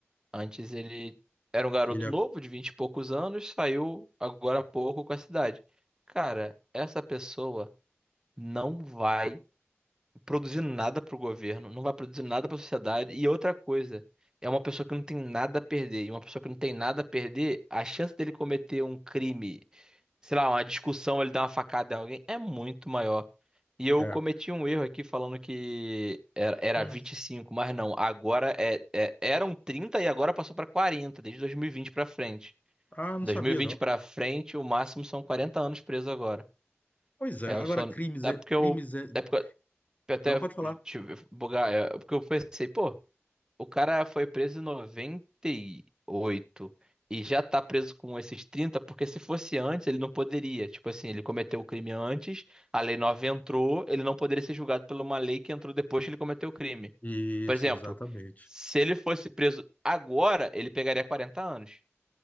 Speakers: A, on the right; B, on the left.
A: Antes ele era um garoto
B: Ele é.
A: novo, de 20 e poucos anos, saiu agora há pouco com a cidade. Cara, essa pessoa não vai produzir nada pro governo, não vai produzir nada pra sociedade. E outra coisa, é uma pessoa que não tem nada a perder. E uma pessoa que não tem nada a perder, a chance dele cometer um crime sei lá, uma discussão, ele dá uma facada em alguém, é muito maior. E eu
B: é.
A: cometi um erro aqui falando que era, era
B: Hum.
A: vinte e cinco mas não, agora é, é- eram 30 e agora passou para 40 desde 2020 para frente.
B: Ah, não
A: dois
B: sabia,
A: mil e vinte
B: não.
A: para frente, o máximo são 40 anos preso agora.
B: Pois é,
A: É, eu
B: agora
A: só
B: crimes
A: é
B: é.
A: porque
B: Crimes
A: eu
B: é.
A: é porque eu até
B: Não pode falar.
A: tive bugar, é é porque eu pensei, pô, o cara foi preso em 98 e oito e já tá preso com esses 30 porque se fosse antes, ele não poderia. Tipo assim, ele cometeu o crime antes, a lei nova entrou, ele não poderia ser julgado por uma lei que entrou depois que ele cometeu o crime.
B: Isso,
A: Por exemplo,
B: exatamente.
A: se ele fosse preso agora, ele pegaria 40 anos.